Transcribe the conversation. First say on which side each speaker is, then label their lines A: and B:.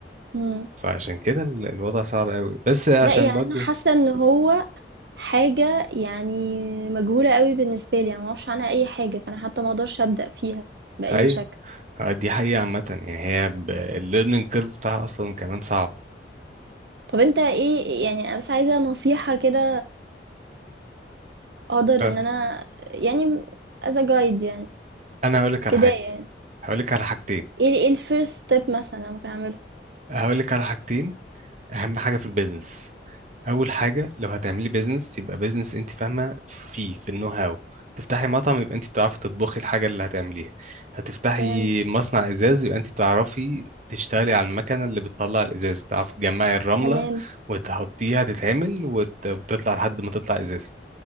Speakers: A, on the right (about 65°); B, on the right (about 40°).
A: مم.
B: فعشان كده ال- الوضع صعب قوي بس عشان
A: لا يعني
B: برضو
A: انا حاسه ان هو حاجه يعني مجهوله قوي بالنسبه لي يعني ما اعرفش عنها اي حاجه فانا حتى ما اقدرش ابدا فيها باي
B: ايوه
A: شكل
B: آه، دي حقيقه عامه يعني هي الليرنينج كيرف بتاعها اصلا كمان صعب
A: طب انت ايه يعني انا بس عايزه نصيحه كده اقدر
B: آه،
A: ان انا يعني as a guide يعني
B: انا هقول لك على
A: بدايه
B: حاجه
A: يعني
B: هقول لك على حاجتين
A: ايه ايه الفيرست ستيب مثلا انا ممكن اعملها
B: هقول لك على حاجتين اهم حاجه في البيزنس اول حاجه لو هتعملي بيزنس يبقى بيزنس انت فاهمه فيه في النو هاو تفتحي مطعم يبقى انت بتعرفي تطبخي الحاجه اللي هتعمليها هتفتحي
A: فهمت
B: مصنع ازاز يبقى انت بتعرفي تشتغلي على المكنه اللي بتطلع الازاز تعرفي تجمعي الرمله
A: تمام
B: وتحطيها تتعمل وت- وتطلع لحد ما تطلع ازاز